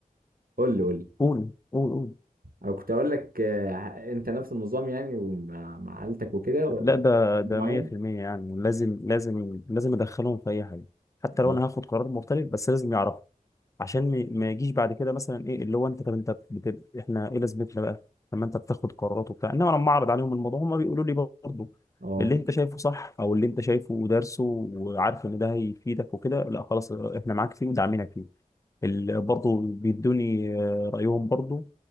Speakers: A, on the right (about 75°); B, on the left (about 20°).
A: قول لي قول لي
B: قول قول قول
A: انا كنت اقول لك آه، انت نفس النظام يعني ومع مع عيلتك وكده و-
B: لا ده ده
A: معين
B: 100% يعني لازم لازم لازم ادخلهم في اي حاجه حتى لو
A: اه
B: انا هاخد قرار مختلف بس لازم يعرفوا عشان ما ما يجيش بعد كده مثلا ايه اللي هو انت طب انت بت... احنا ايه لازمتنا بقى لما انت بتاخد قرارات وبتاع انما لما اعرض عليهم الموضوع هم بيقولوا لي برضه
A: اه
B: اللي انت شايفه صح او اللي انت شايفه ودارسه وعارف ان ده هيفيدك وكده لا خلاص احنا معاك فيه وداعمينك فيه ال- برضو بيدوني آه، رأيهم برضو